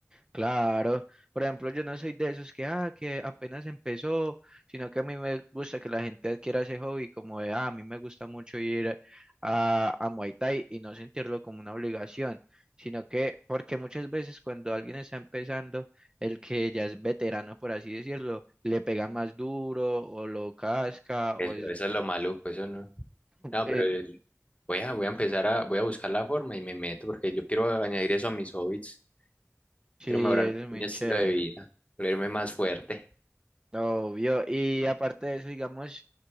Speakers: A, on the right; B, on the left.
A: Claro, por ejemplo, yo no soy de esos que, ah, que apenas empezó, sino que a mí me gusta que la gente adquiera ese hobby, como de, ah, a mí me gusta mucho ir a, a Muay Thai y no sentirlo como una obligación, sino que, porque muchas veces cuando alguien está empezando, el que ya es veterano, por así decirlo, le pega más duro o lo casca,
B: Eso,
A: o es,
B: eso es lo maluco, eso no. No,
A: eh,
B: pero el- voy a, voy a empezar a, voy a buscar la forma y me meto porque yo quiero añadir eso a mis hobbies.
A: sí,
B: Quiero mejorar
A: eso es muy
B: mi estilo
A: chévere.
B: de vida, volverme más fuerte.
A: Obvio, y aparte de eso, digamos,